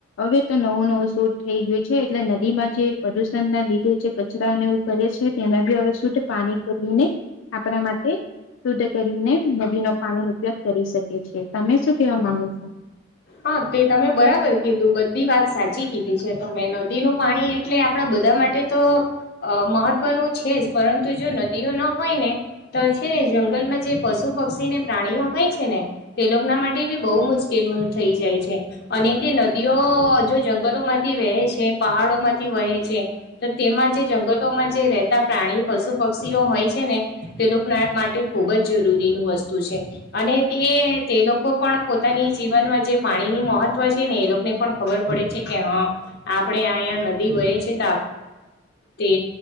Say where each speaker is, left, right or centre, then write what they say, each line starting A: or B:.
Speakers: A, on the left (about 80°); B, on the left (about 55°).
A: હવે તો નવું નવું શોધ થઈ ગયું છે એટલે નદીમાં જે પ્રદુષણ ના લીધે છે કચરાને એવું કરે તેમાં બી હવે શું પાણી તોરીને આપણા માટે શુદ્ધ કરીને નદીનો પાણી ન ઉપયોગ કરી શકે છે તમે શું કેવા માંગુ છો
B: હા તે તમે બરાબર કીધું બધી વાત સાચી વચી કીધી છે તો મેં નદીનું પાણી એટલે આપડા બધા માટે તો અ મહત્વનું છે જ પરંતુ જો નદીઓ ન હોય ને તો છે ને જંગલમાં જે પશુ પક્ષી ને પ્રાણીઓ હોય છે ને તે લોકોના માટે બી બહુ મુશ્કેલ થઈ જાય છે અને તે નદીઓ જો જંગલો માંથી વહે છે પહાડો માંથી વહે છે તો તેમાં જે જંગલોમાં જે રહેતા પ્રાણી પશુ પક્ષીઓ હોય છે ને તે લોકો ના માટે ખૂબ જ જરૂરીનું વસ્તુ છે અને તે તે લોકો પણ પોતાની જીવનમાં જે પાણીની મહત્વ છે ને એ લોકોને પણ ખબર પડે છે કે હા આપણેે અયા નદી વય છે તે